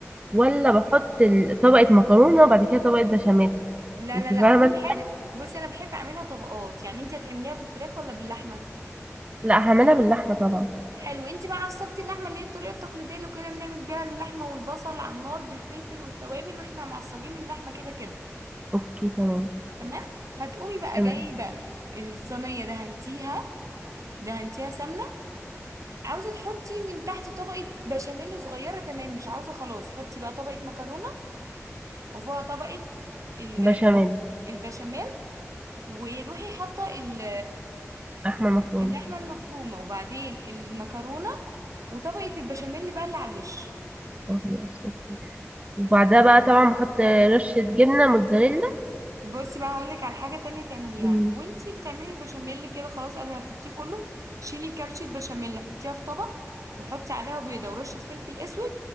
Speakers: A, on the right; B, on the right.
A: ولا بحط ال- طبقه مكرونه وبعد كده طبقه بشاميل
B: لا
A: انت
B: لا لا
A: فاهمه
B: كل حاجة بصي انا بحب اعملها طبقات يعني انت هتعمليها بالفراخ ولا باللحمة
A: لا هعملها باللحمه طبعا
B: حلو انت بقى عصقتي اللحمة اللي هي الطريقة التقليدية اللي كنا بنعمل بيها اللحمة والبصل على النار بالفلفل والتوابل واحنا معصجين اللحمة كده كده
A: اوكي تمام
B: تمام هتقومي بقى
A: تمام
B: جايبة الصينية دهنتيها دهنتيها سمنة عاوزة تحطي من تحت طبقة بشاميل صغيرة تمام مش عاوزة خلاص حطي بقى طبقة مكرونة وفوقها طبقة ال-
A: بشاميل
B: البشاميل وروحي حاطة ال-
A: لحمه مفرومه
B: اللحمة المفرومة وبعدين المكرونة وطبقة البشاميل بقى اللي على الوش
A: آه، خلاص اوكي وبعدها بقى طبعا بحط رشه جبنه موتزاريلا
B: بصي بقى هقولك على حاجة تانية تعمليها
A: مم.
B: وانتي بتعملي البشاميل كده خلاص قبل ما تحطيه كله شيلي كبشة بشاميل حطيها في طبق وحطي عليها بيضة ورشة فلفل اسود